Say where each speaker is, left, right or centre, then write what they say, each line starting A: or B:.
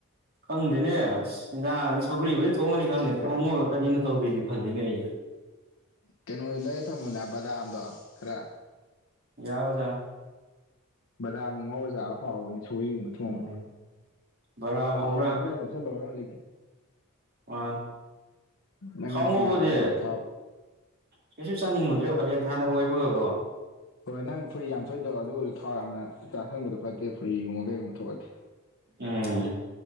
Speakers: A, on the right; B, on the left.
A: ꯈꯪꯗꯦꯅꯦ ꯑ ꯆꯤꯟꯖꯥꯡ ꯁꯧꯒ꯭ꯔꯤꯕꯗꯤ ꯊꯣꯡꯉꯅꯤ ꯈꯪꯉꯦ ꯊꯣꯡꯉꯒ ꯀꯔꯤꯅ ꯇꯧꯗꯔꯤꯒ ꯈꯜꯂꯤꯅꯦ ꯑꯩꯁꯦ꯫
B: ꯀꯩꯅꯣ ꯂꯩꯔ ꯊꯝꯃꯨꯅꯦ ꯕꯖꯥꯝꯗꯣ ꯈꯔ
A: ꯌꯥꯎꯕꯖꯥꯇꯅꯤ꯫
B: ꯕꯗꯥꯝ ꯉꯧ ꯆꯥꯕ ꯍꯥꯎꯕꯅꯦ ꯁꯧꯔꯤꯒꯨꯝꯕ ꯊꯣꯡꯉꯗꯤ꯫
A: ꯎꯝ ꯕꯔꯥ
B: ꯊꯥꯎꯔꯤ
A: ꯍꯧꯕ꯭ꯔꯥ
B: ꯄ ꯀꯌꯥꯗꯁꯜꯂꯣꯔ ꯍꯧꯖꯤꯛꯇꯤ꯫
A: ꯑꯣꯟ
B: ꯅꯪ
A: ꯈꯥꯎ
B: ꯐꯨꯔꯤ
A: ꯉꯧꯕꯗꯤ
B: ꯌꯥꯝ ꯊꯣꯛꯏꯗꯣ ꯊꯥꯎ
A: ꯀꯩꯁꯨ ꯆꯥꯅꯤꯡꯉꯨꯗ꯭ꯔꯦꯕ ꯀꯥꯂꯦꯟ ꯊꯥꯅꯒ ꯑꯣꯏꯕꯒꯀꯣ
B: ꯀꯣ ꯅꯪ ꯐꯨꯔꯤ ꯌꯥꯝ ꯊꯣꯛꯏꯗꯣ ꯑꯗꯨꯒꯤꯗꯨ ꯊꯥꯎ ꯌꯥꯝꯅ ꯆꯥꯥꯁꯤꯟꯕꯗꯣ ꯐꯠꯇꯦ ꯐꯨꯔꯤꯒꯨꯝꯕ ꯀꯩꯒꯨꯝꯕ ꯊꯣꯛꯑꯗꯤ
A: ꯎꯝ